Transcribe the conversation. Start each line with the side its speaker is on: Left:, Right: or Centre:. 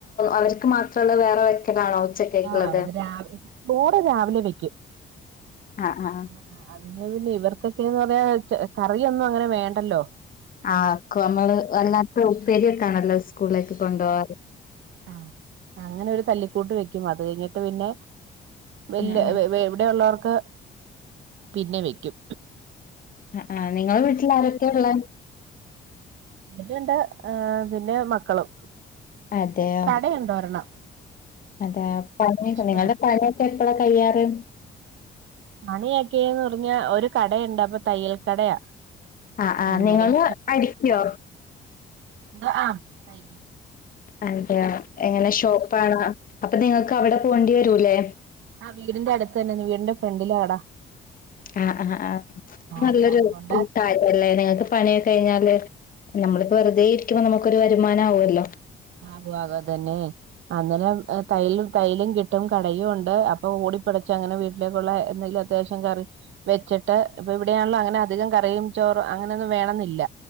Left: അവർക്ക് മാത്രമുള്ള വേറെ വെക്കലാണോ ഉച്ചക്കേക്കുള്ളത്
Right: ആ <unintelligible> ചോറ് രാവിലെ വെക്കും
Left: ആഹ് ആഹ്
Right: <unintelligible> ഇവർക്കൊക്കെന്ന് പറന്നാൽ കറിയൊന്നും അങ്ങനെ വേണ്ടല്ലോ
Left: ആക്ക നമ്മള് വല്ലാ ഉപ്പേരിക്കാണല്ലോ സ് സ്കൂളേക്ക് കൊണ്ടോവാർ
Right: ആ അങ്ങനെ ഒരു തല്ലിക്കൂട്ട് വെക്കും അത് കഴിഞ്ഞിട്ട് പിന്നെ വല്
Left: ആഹ്
Right: <unintelligible> ഇവിടെയള്ളവർ ക്കെ പിന്നെ വെക്കും
Left: അ ആ നിങ്ങളെ വീട്ടിൽ ആരൊക്കെഉള്ള
Right: അവരുണ്ട് പിന്നെ മക്കളും.
Left: അതെയോ
Right: കടയുണ്ടോ ഒരെണ്ണം
Left: അതെ പഴ <unintelligible> നിങ്ങളുടെ
Right: ഉം
Left: പണി ക്കെ എപ്പഴ കയ്യാറ്
Right: പണിയൊക്കെന്ന് പറഞ്ഞാ ഒരു കടയുണ്ട് അപ്പൊ തയ്യൽ കടയാ
Left: ആ ആഹ
Right: അന്നേരം
Left: നിങ്ങള് അടിക്കോ?
Right: ആ ആ
Left: ആ എങ്ങനെ ഷോപ്പ് ആണ അപ്പൊ നിങ്ങൾക്ക് അവിടെ പോവേണ്ടി വരൂല്ലേ
Right: ആ വീടിൻന്റെ അടുത്ത് തന്നെ വീടിന്റെ ഫ്രണ്ടിലാടാ
Left: ആ ആ നല്ലൊരു
Right: അപ്പൊ അതുകൊണ്ട്
Left: കാര്യല്ലേ നിങ്ങക്ക് പണിയൊക്കെ കഴിഞ്ഞാല് നമ്മളിപ്പോ വെറുതെ ഇരിക്കുമ്പോ നമുക്കൊരു വരുമാനം ആവുല്ലോ
Right: ആകോ ആകോ അതന്നെ അങ്ങനെ തയ്യലും - തൈലും കിട്ടും കടയും ഉണ്ട് അപ്പൊ ഓടിപ്പടച്ച് അങ്ങനെ വീട്ടിലേക്കുള്ള എന്തെങ്കിലും അത്യാവശം കറി വെച്ചിട്ട് ഇപ്പൊ ഇവിടെയാണല്ലോ അങ്ങനെ അധികം കറിയും ചോറും അങ്ങനെയൊന്നും വേണന്നില്ല